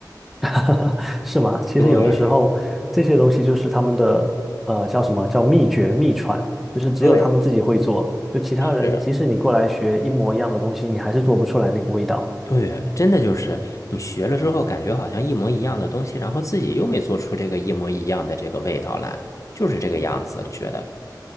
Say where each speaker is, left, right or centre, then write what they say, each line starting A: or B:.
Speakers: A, in the centre; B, on the left (about 45°).
A: <laughs> 是吗？其实有的时候这些东西就是他们的呃叫什么叫秘诀秘传，
B: 对
A: 就是只有他们自己会做，
B: 对
A: 就其他人即使你过来学一模一样的东西，
B: 是，
A: 你还是做不出来那个味道。
B: 对，真的就是你学了之后，感觉好像一模一样的东西，然后自己又没做出这个一模一样的这个味道来，就是这个样子，觉得。